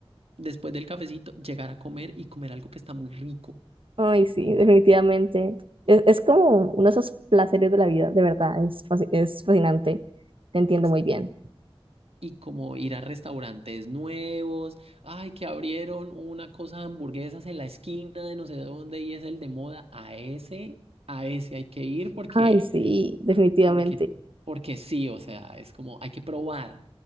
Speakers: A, on the right; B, on the right.
A: después del cafecito llegar a comer y comer algo que está muy rico,
B: Ay, sí, definitivamente. Es, es como uno de esos placeres de la vida, de verdad, es, fasci- es fascinante. Te entiendo
A: ¿sí?
B: muy bien.
A: Y como ir a restaurantes nuevos, ay, que abrieron una cosa de hamburguesas en la esquina de no sé dónde y es el de moda, a ese, a ese hay que ir porque...
B: Ay, sí, definitivamente.
A: porque, porque sí, o sea, es como hay que probar.